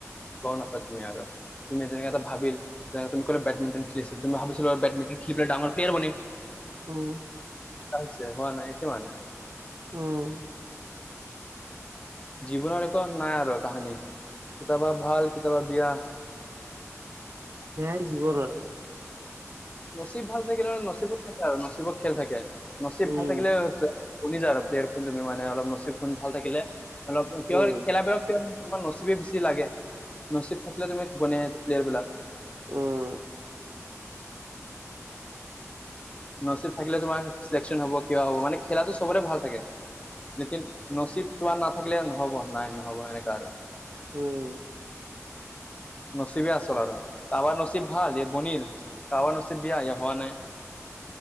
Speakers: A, on the left; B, on the right.
A: গম নাপাই তুমি আৰু তুমি যেনেকাটো ভাবিল তুমি কলে বেডমিণ্টন খেলিছিলো তুমি ভাবিছিলো বেডমিণ্টন খেলি পেলাই ডাঙৰ প্লেয়াৰ বনিম।
B: উম
A: আছে, হোৱা নাই সেইটোৱে মানে।
B: উম!
A: জীৱনৰ একো নাই আৰু কাহানী! কেতিয়াবা ভাল, কেতিয়াবা বেয়া।
B: সেয়াই জীৱন আৰু!
A: নচীব ভাল থাকিলে মানে, নচীবত থাকে আৰু। নচীবত খেল থাকে, নচীব
B: উম,
A: ভাল থাকিলে! শুনি যা আৰু? প্লেয়াৰ খন তুমি মানে, অলপ নচীব খন ভাল থাকিলে, অলপ কিয়
B: উম,
A: খেলাবিলাক এতিয়া, তোমাৰ নচীবে বেছি লাগে! নচীব থাকিলে, তুমি বনে প্লেয়াৰ বিলাক।
B: উম!
A: নচীব থাকিলে, তোমাৰ ছিলেকশ্যন হ'ব, কিবা হ'ব! মানে, খেলাটো চবৰে ভাল থাকে। লেকিন, নচীব তোমাৰ নাথাকিলে নহ'ব, নাই নহ'ব এনেকুৱা আৰু।
B: উম!
A: নচীবে আচল আৰু! কাৰোবাৰ নচীব ভাল, এই বনিল! কাৰাবাৰ নচীব বেয়া, এই, হোৱা নাই।